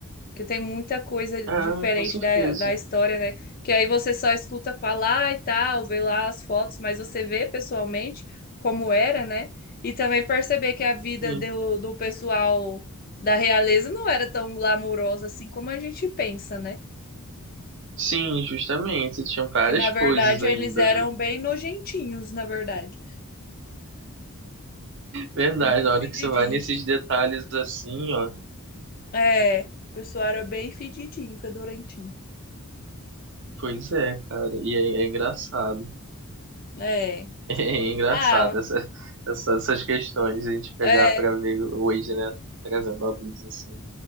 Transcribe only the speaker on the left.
que tem muita coisa
diferente
da, da história, né? Que aí você só escuta falar e tal, vê lá as fotos, mas você vê pessoalmente como era, né? E também perceber que a vida
do, do pessoal da realeza não era tão glamourosa assim como a gente pensa, né?
Que na verdade
eles eram
bem nojentinhos, na verdade.
Bem
fedidinhos.
É, o pessoal era bem fedidinho, fedorentinho.
É.
Ah,
é.